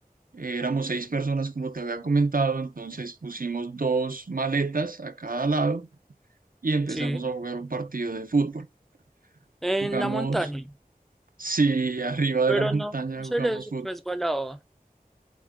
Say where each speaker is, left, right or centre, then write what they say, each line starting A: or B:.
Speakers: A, on the right; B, in the centre.
A: eh, éramos seis personas como te había comentado, entonces pusimos dos maletas a cada lado y empezamos
B: Sí,
A: a jugar un partido de fútbol.
B: en
A: Jugamos,
B: la montaña,
A: sí, <laughs> arriba
B: pero
A: de la montaña
B: no no se
A: jugamos
B: les resbalaba.